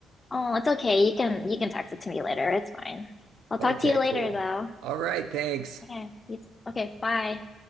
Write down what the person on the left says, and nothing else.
Oh, it's okay. You can you can text it to me later. It's fine. I'll talk
to you later
though.
Okay. You okay, bye.